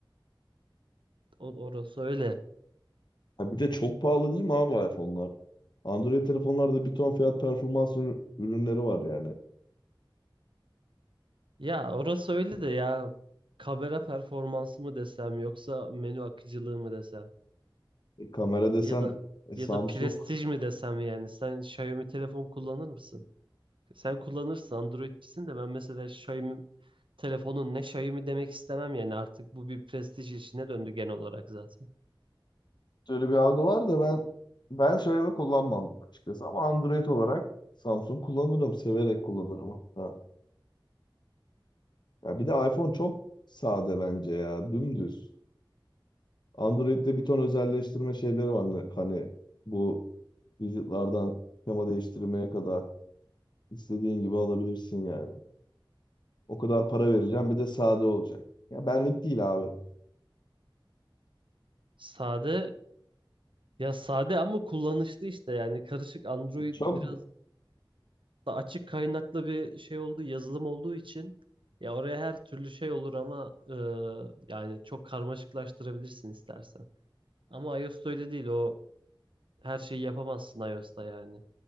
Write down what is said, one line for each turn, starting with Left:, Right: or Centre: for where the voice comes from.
Right: O- Orası öyle.
Left: Ha bir de çok pahalı değil mi abi iPhone'lar? Android telefonlarda bir ton fiyat performans ürü- ürünleri var yani.
Right: Ya orası öyle de ya kamera performansı mı desem yoksa menü akıcılığı mı desem
Left: E, kamera desen
Right: ya da
Left: e,
Right: ya
Left: Samsung
Right: da prestij mi desem yani sen Xiaomi telefon kullanır mısın? Sen kullanırsın Androidçisin de ben mesela Xiaomi telefonun ne Xiaomi demek istemem yani artık bu bir prestij işine döndü genel olarak zaten.
Left: öyle bir algı var da ben ben söyleme kullanmam açıkçası ama Android olarak Samsung kullanırım, severek kullanırım hatta. Ya bir de iPhone çok sade bence ya, dümdüz. Android'de bir ton özelleştirme şeyleri var hani, hani bu widget'lardan tema değiştirmeye kadar istediğin gibi alabilirsin yani. O kadar para vereceğim bir de sade olacak. Ya benlik değil abi.
Right: Sade ya sade ama kullanışlı işte yani karışık Android
Left: Çok
Right: biraz da açık kaynaklı bir şey olduğu, yazılım olduğu için ya oraya her türlü şey olur ama e, yani çok karmaşıklaştırabilirsin istersen. Ama iOS'ta öyle değil. O her şeyi yapamazsın iOS'ta yani.